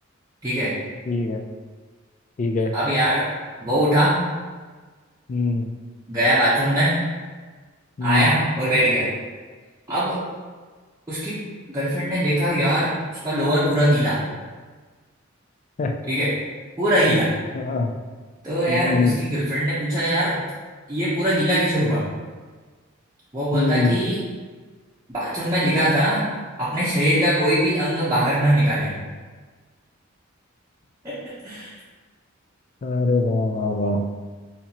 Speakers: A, on the right (about 15°); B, on the left (about 35°).
A: ठीक है
B: ठीक है ठीक है
A: अब यार वो उठा
B: हम्म
A: गया बाथरूम में
B: हम्म
A: आया और बैठ गया अब उसकी गर्लफ्रेंड ने देखा यार उसका लोअर पूरा गीला
B: <laughs>
A: ठीक है पूरा गीला
B: हाँ
A: तो यार
B: हम्म
A: उसकी गर्लफ्रेंड ने पूछा यार ये पूरा गीला कैसे हुआ वो बोलता
B: हम्म
A: कि बाथरूम में लिखा था अपने शरीर का कोई भी अंग बाहर न निकालें <laughs>
B: अरे वाह वाह वाह